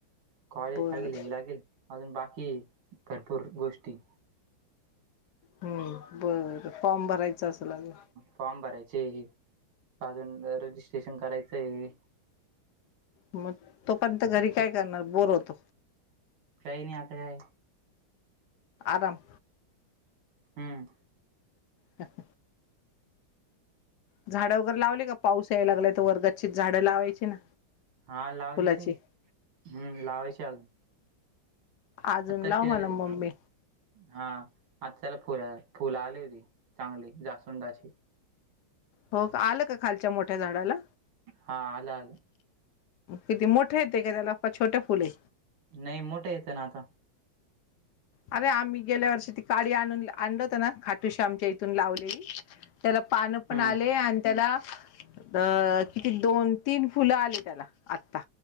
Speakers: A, on the right (about 85°); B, on the left (about 75°).
A: कॉलेज
B: बर
A: लागेल. हे लागेल. अजून बाकी आहे भरपूर गोष्टी.
B: हम्म बर फॉर्म भरायच असल अजुन.
A: फॉर्म भरायचे आहे. अजून रजिस्ट्रेशन करायच आहे.
B: मग तोपर्यंत घरी
A: खूप
B: काय करणार. बोर होत.
A: काही नाही आता काय.
B: आराम.
A: हम्म.
B: ह <inaudible> झाडं वगैरे लावली का पाऊस यायला लागलाय तवर गच्चीत झाडं लावायची ना.
A: हा लावलेली
B: फुलाची
A: हम्म लावायची अजून.
B: अजून
A: आता
B: लाव
A: केळय.
B: मला मम्मी
A: हा आता त्याला फुल फुल आली होती चांगली जास्वंदाची.
B: हो आलं का खालच्या मोठ्या झाडाला.
A: हा आलं आलं.
B: किती मोठे येते का त्याला छोट्या फुलेय.
A: नाही मोठं येतं ना आता.
B: अरे आम्ही गेल्या वर्षी ती काडी आणून आणल होत ना खाटूशी आमच्या इथून लावलेली. त्याला पानं पण
A: हम्म
B: आले आणि त्याला. अ किती दोन तीन फुलं आली त्याला आता.